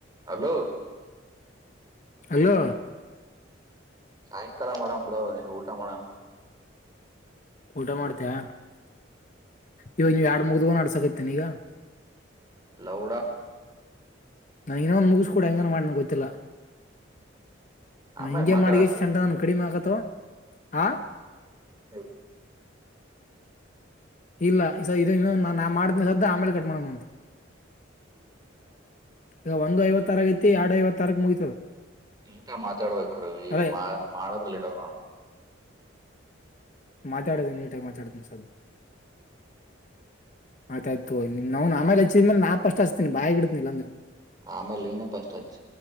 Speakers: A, on the right; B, on the left.
A: ಅಲೋ
B: ಅಯೋ
A: ಸಾಯಂಕಾಲ ಮಾಡಡೋ ಬಿಡೋ ನೀ ಊಟ ಮಾಡಡೋಣ
B: ಊಟ ಮಾಡ್ತೇಯ ಇವಾಗ ನೀವ ಯಡ್ ಮುಗ್ದುವ ನಡ್ಸಕತ್ತೇನ ಈಗ
A: ಲೌಡ
B: ನಾ ಇನ್ನೊಂದು್ ಮುಗಿಸ್ಕೂಡ ಹೆಂಗನ ಮಾಡ್ನ ಗೊತ್ತಿಲ್ಲ
A: ಆಮೇ್ರ
B: ಹಿಂಗೆ
A: ಮಾತಾಡ
B: ಮಾಡಿ ಸೆಂಟ ನನ್ ಕಡಿಮೆ ಆಗತ್ತೋ
A: ನೀ
B: ಆ
A: ಹ್ಮ
B: ಇಲ್ಲ ಇದ ಇನ್ನೊ ನಾನ್ ಮಾಡ್ತನಿ ಸದ್ದ ಆಮೇಲೆ ಕಟ್್ಮ ಮಾಡಣ ಅಂತ
A: ಹ್ಮ
B: ಈಗ ಒಂದು ಐವತ್ತಾರ ಐತಿ ಎರಡು ಐವತ್ತಾರಕ್ ಮುಗ
A: ನೀಟಾಗ ಮಾತಾಡ್ಬೇಕು ರವಿ
B: ಅರೇ
A: ಮಾ ಮಾಡಳದ್ರಲ್ಲಿ ಇರಲ್
B: ಮಾತಾಡದ ನೀಟಾಗಿಿ ಮಾತಾಡ್ತೀನಿ ಸರ್ ಆಯ್ತಾಯಯ್ತು ನನ್ ಆಮೇಲೆ ಹಚ್ಚಿದ್ಮೇಲೆ ನಾಪ ಅಷ್ಟ ಹ್ತಿನಿ ಬಾಯಿಡತನ ಇಲ್ಲಾಂದ್ರೆ
A: ಆಮೇಲೆ ಏನಪ್ಪ ಅಷ್ಟಜು